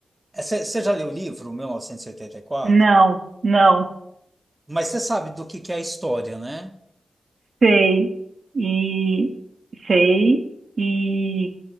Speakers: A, on the right (about 20°); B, on the right (about 65°).
A: é, Você já leu o livro, mil novecentos e e oitenta e quatro
B: Não, não.
A: Mas você sabe do que que é a história, né?
B: Sei. E sei e